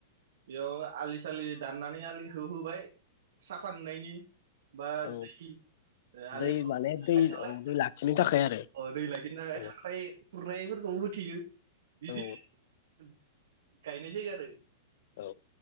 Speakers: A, on the right; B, on the left.
A: बेयाव आलि सालि दाननानै आलि होहोबाय साफा नुनायनि। बा
B: औ
A: दै ओ आलिफ्राव
B: दै माने दै
A: थायो नालाय
B: औ दै लाखिनो थाखाय आरो
A: दै लायखिनो थाखाय
B: औ
A: खांख्राइ खुरनायफोरखौ थेयो। बिदिनो
B: औ
A: गायनाय‌‌ जायो‌ आरो।
B: औ।